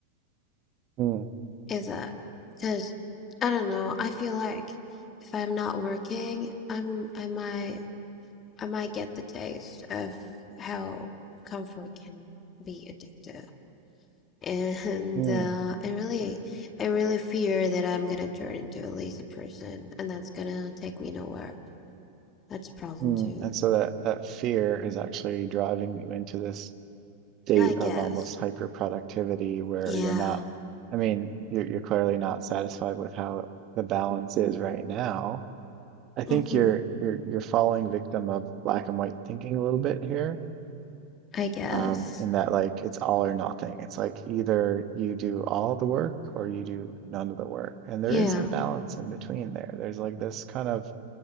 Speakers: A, on the right; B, on the left.
A: Mm,
B: Is that because I don't know, I feel like if I'm not working, I'm I might I might get the taste of how comfort can be addictive. <laughs> And
A: mm.
B: uh, I really I really fear that I'm gonna turn into a lazy person and that's gonna take me nowhere. That's a problem
A: Mm,
B: too.
A: and so that that fear is actually driving you into this state
B: I guess.
A: of almost hyper productivity where
B: Yeah.
A: you're not, I mean, you're you're clearly not satisfied with how the balance is right now. I
B: Mm-hmm.
A: think you're you're you're falling victim of black and white thinking a little bit here,
B: I guess.
A: um, in that like it's all or nothing. It's like either you do all the work or you do none of the work. And
B: Yeah,
A: there is a balance in between there. There's like this kind of